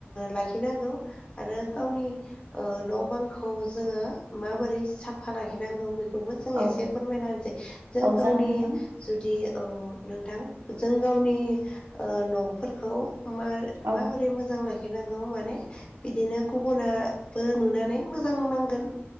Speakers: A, on the left; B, on the right.
A: लाखिनांगौ आरो गावनि न' बांखौ जोङो माबोरै साफा लाखिनांगौ बेखौ खौबो जों
B: औ
A: एसे फोरमायना होनसै जों
B: औ जागोन
A: गावनि
B: नोंथां।
A: जुदि औ नोंथां जों गावनि न'फोरखौ मा-माबोरै
B: औ
A: मोजां लाखि खिनांगौ माने बिदिनो गुबुुनाबो नुनानै मोजां नांगोन